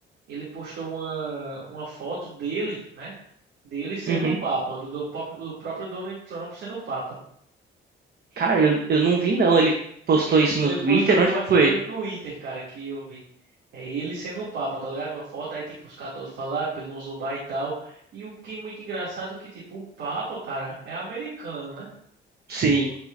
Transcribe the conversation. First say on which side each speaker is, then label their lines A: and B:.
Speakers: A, on the right; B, on the right.
A: ele postou uma, uma foto dele, né? Dele sendo
B: Uhum.
A: o Papa, do, do próprio do próprio Donald Trump sendo o Papa.
B: Cara,
A: E
B: eu, eu não vi não. Ele postou
A: ele,
B: isso no
A: ele
B: Twitter?
A: postou no,
B: Onde que
A: acho que
B: foi?
A: foi no Twitter, cara, que eu vi. É ele sendo o Papa, tá ligado? Uma foto, aí tipo, os católicos falaram pra ele não zumbar e tal. E o que é muito engraçado é que, tipo, o Papa, cara, é americano, né?
B: Sim,